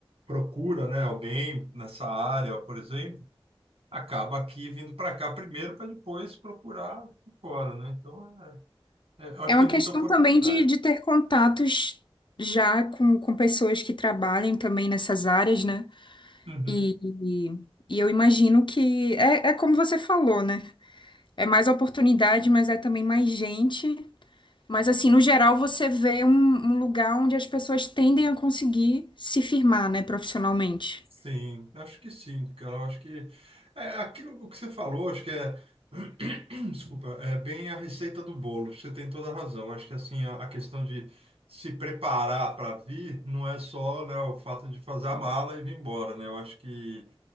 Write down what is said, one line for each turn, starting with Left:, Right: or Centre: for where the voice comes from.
Right: procura, né, alguém nessa área, por exemplo, acaba aqui vindo para cá primeiro para depois procurar fora, né? Então, é, é, eu acho
Left: É uma
Right: que tem
Left: questão
Right: muita oportunidade.
Left: também de, de ter contatos já com, com pessoas que trabalham também nessas áreas, né?
Right: Uhum.
Left: E, e e eu imagino que é, é como você falou, né? É mais oportunidade, mas é também mais gente. Mas, assim, no geral, você vê um, um lugar onde as pessoas tendem a conseguir se firmar, né, profissionalmente.
Right: Sim, eu acho que sim, cara. Eu acho que é, aquilo que você falou, acho que é, <clears throat> desculpa, é bem a receita do bolo. Você tem toda a razão. Acho que assim a, a questão de se preparar para vir não é só, né, o fato de fazer a mala e vir embora, né? Eu acho que